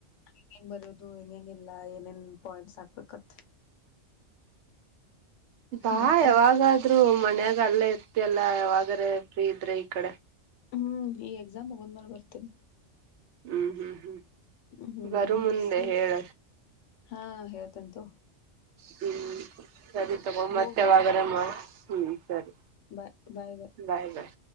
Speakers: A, on the left; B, on the right.
A: ಹ ಹೆಂಗ್ ಬರೋದು ಹೆಂಗ್ ಹೆಂಗ್ ಇಲ್ಲ ಏನೇನ್ ಪಾಯಿಂಟ್ಸ್ ಹಾಕ್ಬೇಕತ್
B: ಬಾ
A: ಮತ್ತ
B: ಯಾವಾಗಾದ್ರೂ ಮನ್ಯಾ ಈಗ ಅಲ್ಲೇ ಇರ್ತಿಯಲ್ಲ ಯಾವಾಗರೆ ಫ್ರೀ ಇದ್ರೆ ಈ ಕಡೆ.
A: ಹ್ಮ್ ಈ ಎಕ್ಸಾಮ್ ಮುಗದ್ಮೇಲ್ ಬರ್ತೇನ್.
B: ಊ ಹ್ಮ್ ಹ್ಮ್
A: ಹ್ಮ್
B: ಬರು ಮುಂದೆ
A: ಸ
B: ಹೇಳ
A: ಹಾ ಹೇಳ್ತೇನ್ ತಗೋ.
B: ಹ್ಮ್ ಸರಿ ತಗೊ ಮತ್
A: ಹೋಗ್
B: ಯಾವಾಗರೇ
A: ಬಾ ಅಂತೆ
B: ಮಾಡ್ ಹ್ಮ್ ಸರಿ
A: ಬಾಯ್ ಬಾಯ್.
B: ಬಾಯ್ ಬಾಯ್.